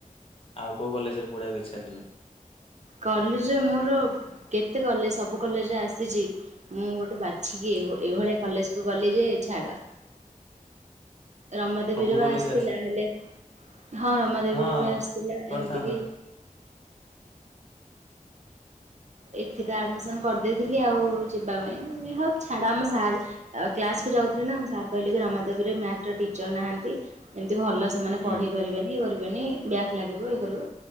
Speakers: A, on the left; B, on the right.
A: ଆଉ କୋଉ କଲେଜରେ ପଢିବାକୁ ଇଛା ଥିଲା?
B: କଲେଜରେ ମୋର କେତେ କଲେଜ ସବୁ କଲେଜରେ ଆସିଚି। ମୁଁ ଗୋଟେ ବାଛିକି ଏଭ ଏଭଳିଆ କଲେଜକୁ ଗଲି ଯେ ଛାଡ଼ ରମାଦେବୀରେ
A: ସବୁ
B: ବି
A: କଲେଜ
B: ଆସିଥିଲା ହେଲେ ହଁ ରମାଦେବୀରେ
A: ହଁ
B: ବି ଆସିଥିଲା
A: କରିଥାନ୍ତ
B: ଏମିତି କିି ଏଠି ତ ଆଡମିସନ କରିଦେଇଥିଲି ଆଉ ଯିବା ପାଇଁ ହଉ ଛାଡା ଆମ ସାର୍ ଆ କ୍ଲାସକୁୁ ଯାଉଥିଲି ନା ଆମ ସାର୍ କହିଲେ କି ରମାଦେବୀରେ ମ୍ୟାଥ ର ଟିଚର ନାହାନ୍ତି। ଏମିତି ଭଲ ସେମାନେ
A: ହୁଁ।
B: ପଢେଇ ପାରିବେନି। ବନି ବ୍ୟାକ୍ ଲାଗିବ ଇଏ କରିବ